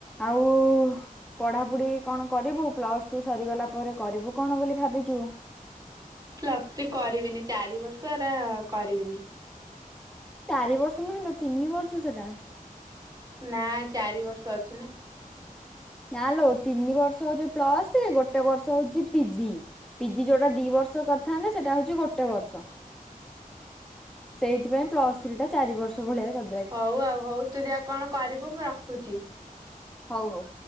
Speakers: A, in the centre; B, on the right.
A: ଆଉ ପଢାପଢି କଣ କରିବୁ ପ୍ଲସ ଟୁ ସରିଗଲା ପରେ କରିବୁ କଣ ବୋଲି ଭାବିଛୁ?
B: ପ୍ଲସଥ୍ରୀ କରିବିନି ଚାରି ବର୍ଷ ହେରା କରିବିନି।
A: ଚାରି ବର୍ଷ ନୁହେଁ ଲୋ ତିନି ବର୍ଷ ସେଟା।
B: ନା ଚାରି ବର୍ଷ ଅଛି ନା।
A: ନା ଲୋ ତିନି ବର୍ଷ ହଉଛି ପ୍ଲସଥ୍ରୀ ଗୋଟେ ବର୍ଷ ହଉଛି ପିଜି। ପିଜି ଯୋଉଁଟା ଦୁଇ ବର୍ଷ କରିଥାନ୍ତ ସେଇଟା ହେଉଛି ଗୋଟେ ବର୍ଷ। ସେଇଥି ପାଇଁ ପ୍ଲସ ଥ୍ରୀ ଟା ଚାରି ବର୍ଷ ଭଳିଆ କର
B: ହଉ ଆଉ ହଉ ତୁ ଯା କଣ କରିବୁ ମୁଁ ରଖୁଛି।
A: ହଉ ହଉ।